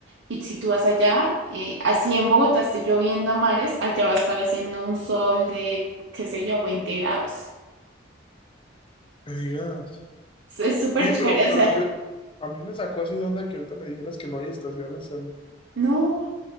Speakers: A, on the right; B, on the left.
A: y si tú vas allá, eh, así en Bogotá esté lloviendo a mares, allá va a estar haciendo un sol de, qué sé yo, 20 grados.
B: me digas.
A: Es es súper
B: Oye,
A: chévere,
B: pero,
A: o
B: pero
A: sea,
B: yo, a mí me sacó así de onda que ahorita me dijeras que no hay estaciones en
A: no,